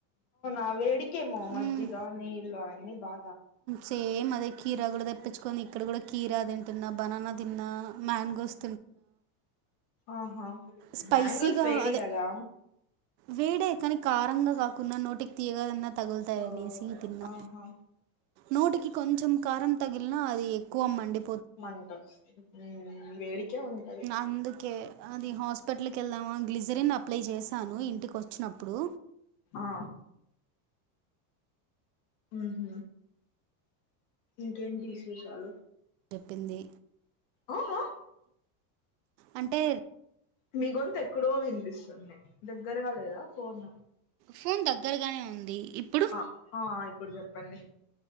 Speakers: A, on the left (about 65°); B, on the right (about 75°).
A: ఆ వేడికే మొ మ్మజిగా
B: మ్మ్
A: నీళ్ళు తాగండి బా
B: సేమ్ అదే కీరా కూడా తెప్పించుకని ఇక్కడ కూడా కీరా తింటున్న బనానా తిన్నా మ్యాంగోస్
A: ఆహా
B: స్పైసి
A: మ్యాంగోస్
B: గా
A: వేడి
B: అదే
A: కదా
B: వేడే కానీ క రంగా కాకుండా నోటికి తీయగాదన్నా తగులుతాయనేసి
A: ఓ
B: తిన్నా
A: ఆహా
B: నోటికి కొంచెం కారం తగిలిన అది ఎక్కువమ్మండి
A: మంట ఉ వేడికే ఉంటది
B: అందుకే అది హాస్పిటల్ కి వెళ్దామా గ్లిజరిన్ అప్లై చేశాను ఇంటికి వచ్చినప్పుడు
A: ఆ ఉహ్ ఇంకేంటి విశేషాలు
B: చెప్పింది
A: ఆ హా
B: అంటే
A: మీ గొంతు ఎక్కడో వినిపిస్తుంది దగ్గరగా లేదా ఫోన్
B: ఫోన్ దగ్గరగానే ఉంది ఇప్పుడు
A: ఆ ఆ ఇప్పుడు చెప్పండి